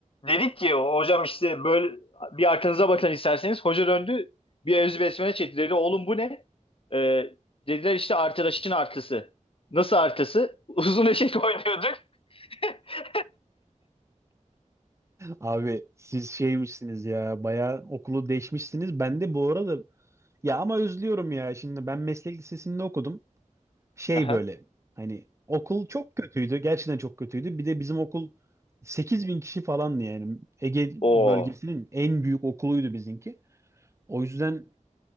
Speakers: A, on the left (about 45°); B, on the right (about 20°).
A: dedik ki hocam işte böyle bir arkanıza bakın isterseniz. Hoca döndü bir evzi besmele çekti. Dedi oğlum bu ne? Ee, dediler işte arkadaşın artısı. Nasıl artısı? <laughs> Uzun eşek oynuyorduk. <laughs>
B: Abi siz şeymişsiniz ya. Bayağı okulu değişmişsiniz. Ben de bu arada ya ama özlüyorum ya. Şimdi ben meslek lisesinde okudum. Şey
A: Aha.
B: böyle hani okul çok kötüydü. Gerçekten çok kötüydü. Bir de bizim okul 8000 kişi falandı yani. Ege
A: Oo.
B: bölgesinin en büyük okuluydu bizimki. O yüzden